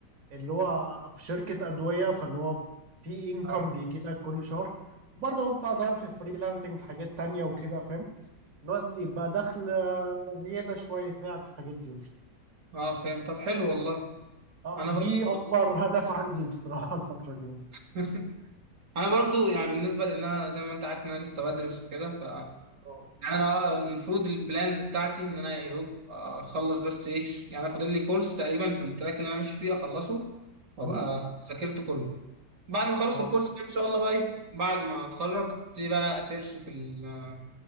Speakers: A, on the right (about 50°); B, on the right (about 70°).
A: اللي هو في شركة أدوية فاللي هو في انكم
B: أه
A: بيجي لك كل شهر برضه هو بدور في فريلانسنج في حاجات تانية وكده فاهم إن هو يبقى دخل آه، زيادة شوية يساعد في الحاجات دي
B: أه فهمت طب حلو والله
A: اه
B: أنا
A: دي
B: برضو
A: أكبر هدف عندي بصراحة الفترة دي
B: <laughs> انا برضو يعني بالنسبه لان انا زي ما انت عارف ان انا لسه بدرس وكده ف يعني
A: اه
B: انا اه المفروض البلانز بتاعتي ان انا يا دوب اخلص بس ايه يعني انا فاضل لي كورس تقريبا في التراك اللي انا ماشي فيه اخلصه مم. وابقى
A: م؟
B: ذاكرت كله بعد ما اخلص
A: اه
B: الكورس ده ان شاء الله بقى ايه بعد ما اتخرج ابتدي بقى اسيرش في ال-